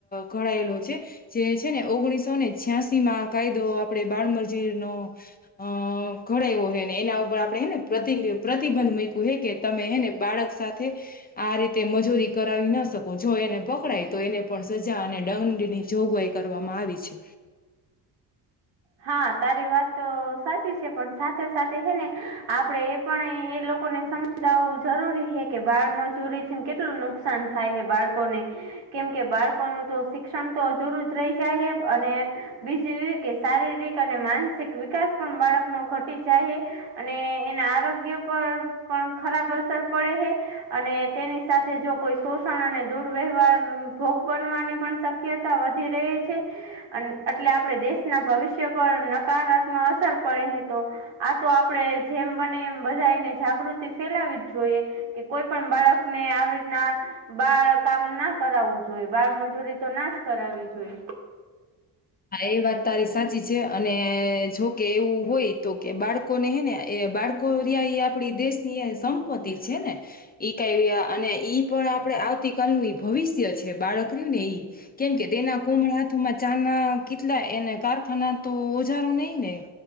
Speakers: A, on the left (about 20°); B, on the right (about 85°).
A: ઘડાયેલો છે. જે છે ને ઓગણીસો ને છ્યાંસી માં કાયદો આપે બાળમજીરનોો. અ ઘડાયવ્યો હોય ને એના ઉપર આપડે એને. પ્રતિ પ્રતિબંધ મૂકવ હે કે તમે એને બાળક સાથે. આ રીતે મજૂરી કરાવી ન શકો જો એને પકડાય તો એને પણ સજા અને દંડની જોગવાઈ. કરવામાં આવી છે.
B: હ <unintelligible> હા તારી વાત તો સાચી છે પણ સાથે સાથે હે ને આપડે એ પણ એ લોકોને સમ. જાવવું જરૂરી હ કે બાળ મજૂરી છે ને કેટલું નુકસાન થાય હ બાળકોને. કેમ કે બાળકોનું તો શિક્ષણ તો જરું જ રહી જાય અને. બીજું એું કે શારીરિક અને માનસિક વિકાસ પણ બાળકનો ઘટી ચહે. અને એના આરોગ્ય પર પણ ખરાબ અસર પડે હ. અને તેની સાથે જો કોઈ શોષણ અને દુર્વ્યવહાર ભોગ બનવાની પણ. શક્યતા વધી રહી છે અને. એટલે આપડે દેશના ભવિષ્ય પર નકારાત્મક અસર પડે તો. આ તો આપડે જેમ બને એમ બધાને જાગૃતિ ફેલાવી જ જોઈએ. કે કોઈ પણ બાળક ને આવી રીતના. બાળ કામ ના કરાવવું જોઈએ બાળ મજૂરી તો ના જ કરાવવી જોઈએ.
A: હા એ વાત તારી સાચી છે અને જોકે એવું હોય તો કે બાળકો. ને હે ને એ બાળકો આપડી દેશની સંપત્તિ છે ને એ ક અને એ પણ આપણે આવતીકાલનું એ ભવિષ્ય છે બાળક રહ્યું ને એ કેમ કે તેના કુમળ હાથુમાં ચાના કેટલા એને કારખાના તો ઓજારો નહી ને